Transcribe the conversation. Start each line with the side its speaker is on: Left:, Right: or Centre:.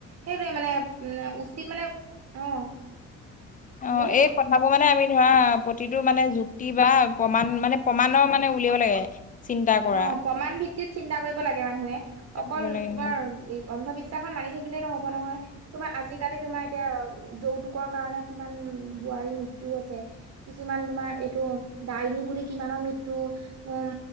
Right: সেইটোৱে মানে উ উচিত মানে অ
Left: অ
Right: হেল্ল'
Left: এক কথাবোৰ মানে আমি ধৰা প্ৰতিটো মানে যুক্তি বা প্ৰমাণ মানে প্ৰমাণৰ মানে উলিয়াব লাগে চিন্তা কৰা
Right: অ প্ৰমাণ ভিত্তিত চিন্তা কৰিব লাগে মানুহে
Left: কৰিব
Right: অকল
Left: লাগে
Right: তোমাৰ
Left: হয়
Right: অন্ধবিশ্বাসখন মানি থাকিলে নহব নহয় তোমাৰ আজিকালি তোমাৰ এতিয়া যৌতুকৰ কাৰণে কিমান বোৱাৰী মৃত্যয়ু হৈছে কিছুমান তোমাৰ এইটো দাইন বুলি কিমানৰ মৃত্ু উম